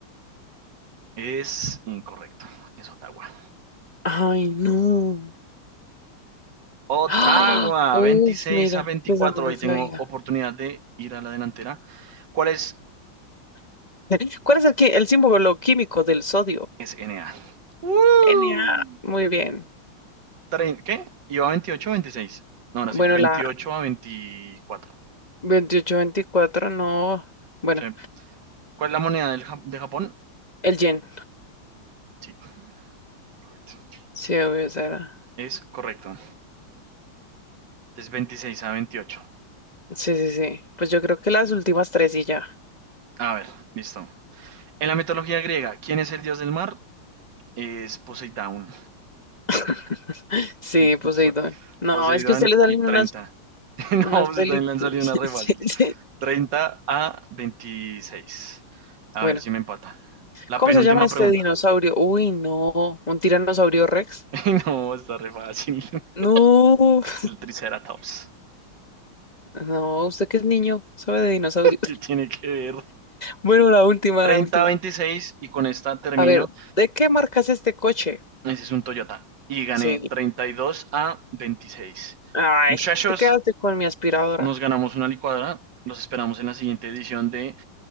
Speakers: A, on the right (about 60°); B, on the left (about 20°).
A: Es incorrecto, es Ottawa.
B: Ay, no.
A: Ottawa,
B: Ah, uf,
A: 26
B: mira,
A: a 24.
B: esa no la
A: hoy
B: sabía.
A: tengo oportunidad de ir a la delantera. ¿Cuál es?
B: <laughs> ¿Cuál es el, qui- el símbolo químico del sodio?
A: Es NA. ¡Uh!
B: Na. Muy bien.
A: trein- ¿Qué? Iba 28 o 26. No, ahora
B: Bueno,
A: sí, 28
B: la
A: a 24.
B: veintiocho veinticuatro no. Bueno,
A: Sí. ¿Cuál es la moneda del Ja- de Japón?
B: el yen.
A: Sí, correcto.
B: Sí, obvio, esa era.
A: Es correcto. Es 26 a veintiocho.
B: Sí, sí, sí. Pues yo creo que las últimas tres y ya.
A: A ver, listo. En la mitología griega, ¿quién es el dios del mar? Es Poseidón.
B: <laughs> Sí,
A: <laughs>
B: Poseidón. No,
A: Poseidón
B: es que a usted le salen
A: y 30.
B: unas,
A: <laughs> No,
B: unas
A: Poseidón
B: películas.
A: le han salido
B: <laughs>
A: unas re
B: Sí,
A: fáciles.
B: sí.
A: 30 a 26. A
B: Bueno,
A: ver si me empata. La
B: ¿cómo
A: penúltima
B: se llama este
A: pregunta.
B: dinosaurio? Uy, no, un tiranosaurio Rex.
A: <laughs> No, está re fácil. <laughs>
B: No, <laughs>
A: El Triceratops.
B: no, usted que es niño, sabe de dinosaurios. <laughs>
A: que tiene que ver.
B: Bueno, la última,
A: 30
B: la última.
A: a 26 y con esta termino.
B: A ver, ¿de qué marca es este coche?
A: Ese es un Toyota. Y gané
B: Sí.
A: 32 a 26.
B: Ay,
A: Muchachos,
B: te quedaste con mi aspiradora.
A: nos ganamos una licuadora. Los esperamos en la siguiente edición de